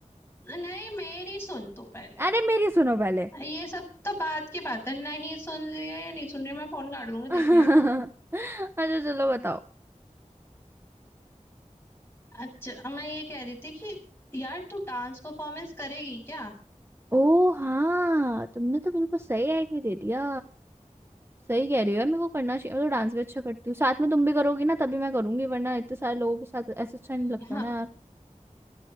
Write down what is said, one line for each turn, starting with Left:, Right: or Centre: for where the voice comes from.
Left: नहीं मेरी सुन तू पहले
Right: <laughs> अरे मेरी सुनो पहले
Left: ये सब तो बात की बात है नहीं सुन रही है या नहीं सुन रही है, मैं फोन काट दूंगी
Right: <laughs>
Left: देख ले
Right: अच्छा चलो बताओ
Left: अच्छा मैं ये कह रही थी कि यार तू डांस परफॉर्मेंस करेगी क्या
Right: ओ हाँ तुमने तो बिल्कुल सही आइडिया दे दिया सही कह रही हो यार, मेरे को करना चाहिए मैं तो डांस भी अच्छा करती हूँ साथ में तुम भी करोगी ना तभी मैं करूंगी वरना इतने सारे लोगों के साथ ऐसा अच्छा नहीं लगता
Left: हाँ
Right: ना यार।